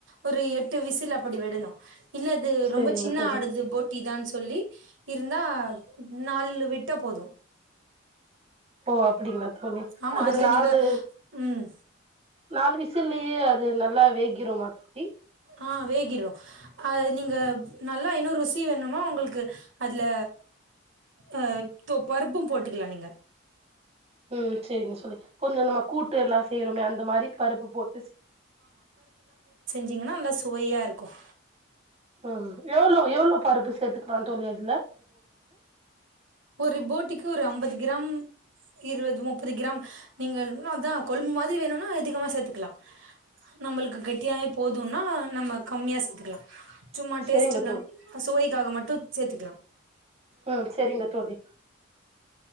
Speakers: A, on the right (about 70°); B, on the right (about 30°).
A: ஒரு எட்டு விசில் அப்படி விடணும் இல்ல அது
B: சேரிங்க
A: ரொம்ப சின்ன
B: தோழி
A: ஆடுது ஃபோட்டி தான் சொல்லி இருந்தா நாலு விட்டா போதும்
B: ஓ அப்படிங்களா த் தோழி
A: ஆமா
B: அது
A: அதுல
B: நாலு
A: நீங்க ம்
B: நாலு விசில்லயே அது நல்லா வேக ஆகிருமா தோழி
A: ஆ வேகிடும் ஆ நீங்க நல்லா இன்னொரு ருசி வேணுமா உங்களுக்கு அதுல ஆ பருப்பும் போட்டுக்கலாம் நீங்க
B: ம் சரிங்க சொல்லி கொஞ்சம் நமா கூட்டு எல்லாம் செய்றமே அந்த மாரி பருப்பு போட்டு செய்னும்
A: ங்கனா நல்லா சுவையா இருக்கும்
B: ம் எவ்ளோ எவ்ளோ பருப்பு சேர்த்து <unintelligible>
A: ஒரு ஃபோட்டிக்கு ஒரு அம்பது கிராம் இருபது முப்பது கிராம் நீங்க அதான் கொழும்பு மாதிரி வேணும்னா அதிகமா சேர்த்துக்கலாம் நம்மளுக்கு கெட்டியாகவே போதும்னா நம்ம கம்மியாக சேர்த்துக்கலாம் சும்மா
B: சேரிங்க
A: டேஸ்டுகான்
B: தோழி
A: சுவைக்காக மட்டும் சேத்துகுலான்
B: ம் செரிங்க தோழி